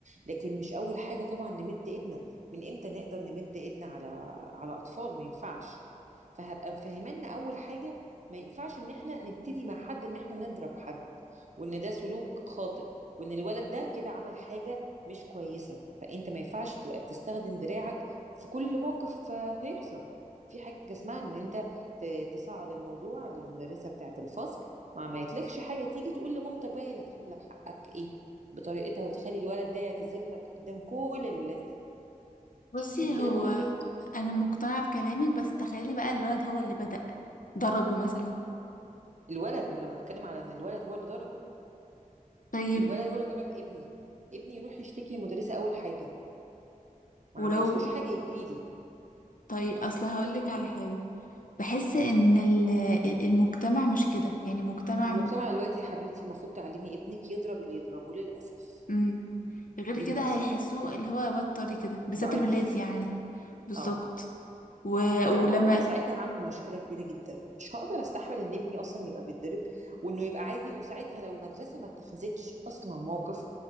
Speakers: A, on the right; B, on the left.
A: لكن مش اول حاجه طبعا نمد ايدنا من امتى نقدر نمد ايدنا على على اطفال ما ينفعش فهبقى مفهمانا اول حاجه ما ينفعش ان احنا نبتدي مع حد ان احنا نضرب حد وان ده سلوك خاطئ وان الولد ده كده عمل حاجة مش كويسة فانت ما ينفعش تبقى بتستخدم دراعك في كل موقف آه، هيحصل في حاجة اسمها ان انت ت- تصعد الموضوع للمدرسة بتاعة الفصل مع ما عملتلكش حاجة تيجي تقول لمامتك بقى هي اللي هتاخد لك حقك ايه بطريقتها وتخلي الولد ده يعتذر لك قدام كل الولاد دي
B: بصي
A: عشان كده
B: هو
A: بقول لك
B: انا مقتنعه بكلامك بس تخيلي بقى الولد هو اللي بدأ ضربه مثلا
A: الولد ما انا بتكلم على ان الولد هو اللي ضرب
B: طيب
A: الولد هو اللي ضرب ابني ابني يروح يشتكي المدرسة أول حاجة ما
B: ولو
A: عملتلوش حاجة يجيلي
B: طيب اصل هقولك على حاجه بحس ان ال- المجتمع مش كده يعني مجتمع
A: المجتمع دلوقتي يا حبيبتي المفروض تعلمي ابنك يضرب اللي يضربه للأسف
B: امم غير
A: للأسف
B: كده هيحسوه اللي هو واد طري كده بالذات
A: ضعيف
B: الولاد يعني بالظبط
A: اه
B: و...
A: لا
B: ولما
A: ما هو انا ساعتها هعمل مشكله كبيره جدا مش هقدر استحمل ان ابني اصلا يبقى بيتضرب وانه يبقى عادي وساعتها لو المدرسه ما اتخذتش اصلا موقف